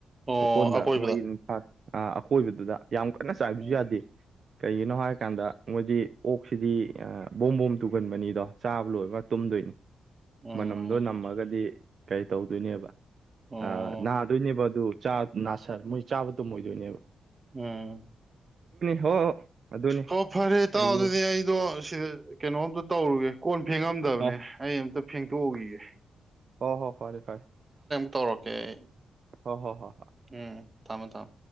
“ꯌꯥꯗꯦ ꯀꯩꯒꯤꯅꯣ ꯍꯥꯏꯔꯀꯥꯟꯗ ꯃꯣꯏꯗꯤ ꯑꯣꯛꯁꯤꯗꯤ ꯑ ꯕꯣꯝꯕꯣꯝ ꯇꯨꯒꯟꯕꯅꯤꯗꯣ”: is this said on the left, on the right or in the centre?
Right